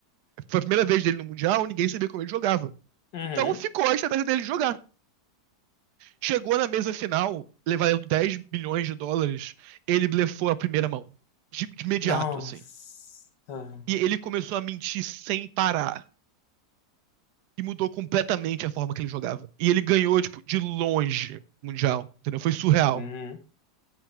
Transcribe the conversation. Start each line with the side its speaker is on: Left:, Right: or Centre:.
Right: Foi a primeira vez dele no Mundial, ninguém sabia como ele jogava.
Left: uhum.
Right: Então ficou a estratégia dele de jogar. Chegou na mesa final, levaram 10 bilhões de dólares, ele blefou a primeira mão. De, de imediato,
Left: Nossa.
Right: assim. E ele começou a mentir sem parar. E mudou completamente a forma que ele jogava. E ele ganhou, tipo, de longe o Mundial. Entendeu? Foi surreal.
Left: Uhum.